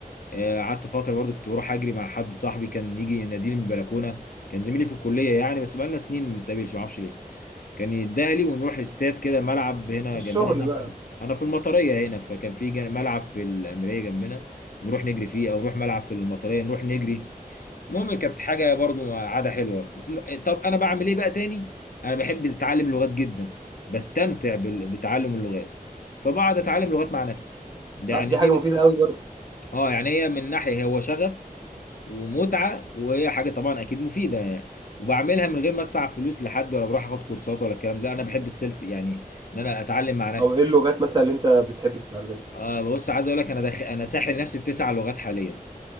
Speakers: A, on the left; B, on the right.
A: آه، قعدت فتره برضو كنت بروح اجري مع حد صاحبي كان يجي يناديني من البلكونه كان زميلي في الكليه يعني بس بقالنا سنين ما بنتقابلش ما اعرفش ليه كان يديها لي ونروح استاد كده ملعب هنا
B: الشغل
A: جنبنا هنا
B: بقى
A: في انا في المطريه هنا فكان في جن- ملعب في الامريه جنبنا نروح نجري فيه او نروح ملعب في المطريه نروح نجري المهم كانت حاجه برضو عاده حلوه م- طب انا بعمل ايه بقى تاني انا بحب اتعلم لغات جدا بستمتع بال- بتعلم اللغات فبقعد اتعلم لغات مع نفسي ده
B: طب
A: يعني
B: دي
A: دي
B: حاجه مفيده قوي برضه
A: اه يعني هي من ناحيه هو شغف ومتعه وهي حاجه طبعا اكيد مفيده يعني وبعملها من غير ما ادفع فلوس لحد ولا بروح اخد كورسات ولا الكلام ده انا بحب السيلف يعني ان انا اتعلم مع نفسي
B: طب ايه اللغات مثلا اللي انت بتحب تتعلمها
A: آه بص عايز اقول لك انا دخ... انا ساحل نفسي في تسع لغات حاليا